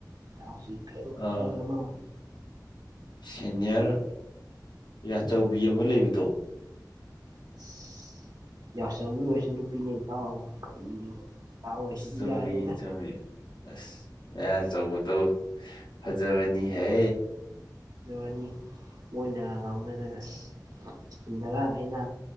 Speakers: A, on the right; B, on the left.
A: ꯏꯇꯥꯎꯁꯤ ꯀꯩꯝ
B: ꯑꯥ
A: ꯈꯉꯝꯗꯔꯥ ꯃꯥꯜꯂꯦ
B: ꯁꯦꯅꯤꯌꯔ ꯌꯥꯆꯧꯕꯤ ꯑꯃ ꯂꯩꯕꯗꯣ
A: <inaudible> ꯌꯥꯆꯧꯕꯤ ꯑꯣꯏꯔꯁꯨ ꯅꯨꯄꯤꯅꯦ ꯏꯇꯥꯎ ꯀꯔꯤꯅꯣ ꯏꯇꯥꯎ ꯑꯣꯏꯁꯤꯗꯤ
B: ꯆꯨꯝꯃꯤ
A: ꯌꯥꯗꯦꯗꯥ
B: ꯆꯨꯝꯃꯤ ꯑꯁ ꯃꯌꯥ ꯆꯧꯕꯗꯣ ꯐꯖꯕꯅꯤꯍꯦ
A: ꯑꯗꯨꯔꯅꯤ ꯃꯣꯏꯅ ꯉꯥꯎꯅꯗꯅ ꯑꯁ ꯁ꯭ꯀꯨꯜꯗꯒ ꯑꯩꯅ